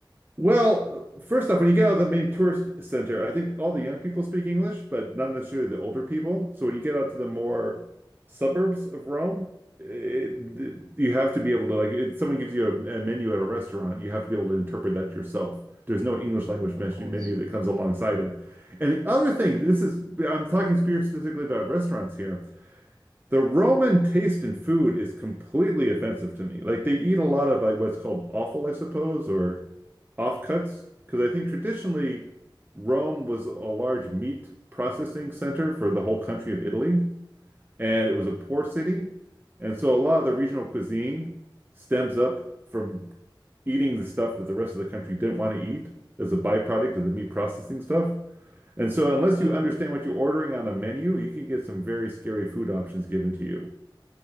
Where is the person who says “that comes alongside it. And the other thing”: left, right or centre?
Right